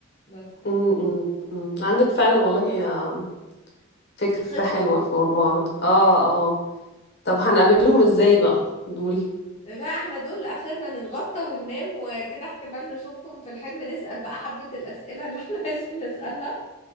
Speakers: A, on the left; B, on the left.
A: بس يعني
B: مم. مم. مم. عندك فعلا والله آه، فكرة
A: خطة
B: حلوة في موضوع ده. اه اه طب هنقابلهم ازاي بقى دول <laughs>
A: لا احنا دول اخرنا نتغطى وننام وكده احتمال نشوفهم في الحلم نسأل بقى حبة الأسئلة اللي احنا <laughs> عايزين نسألها